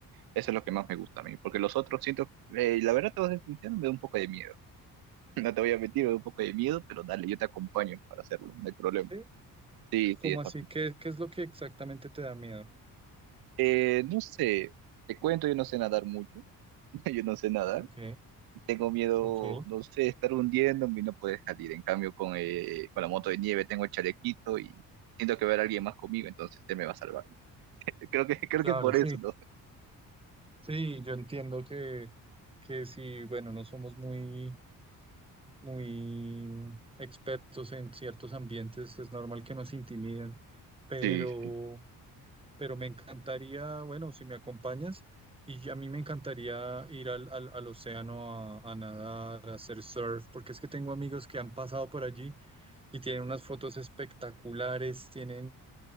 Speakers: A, on the right; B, on the right.
A: Eso es lo que más me gusta a mí, porque los otros siento, eh, la verdad te vas a ser sincero, me da un poco de miedo. <laughs> No te voy a mentir, me da un poco de miedo, pero dale, yo te acompaño para hacerlo, no hay problema.
B: ¿Sí?
A: Sí, sí,
B: ¿Cómo
A: está
B: así? ¿Qué, qué es lo que exactamente te da miedo?
A: Eh, no sé, te cuento, yo no sé nadar mucho, <laughs> yo no sé nadar,
B: Ok,
A: tengo miedo,
B: ok,
A: no sé, estar hundiéndome y no poder salir. En cambio, con, eh, con la moto de nieve tengo el chalequito y siento que va a haber alguien más conmigo, entonces él me va a salvar. Creo que, <laughs> creo
B: claro,
A: que por
B: sí.
A: eso, ¿no?
B: Sí, yo entiendo que, que si, bueno, no somos muy, muy mm, expertos en ciertos ambientes, es normal que nos intimiden, pero,
A: Sí,
B: pero me encantaría, bueno, si me acompañas, y a mí me encantaría ir al, al, al océano a, a nadar, a hacer surf, porque es que tengo amigos que han pasado por allí y tienen unas fotos espectaculares, tienen,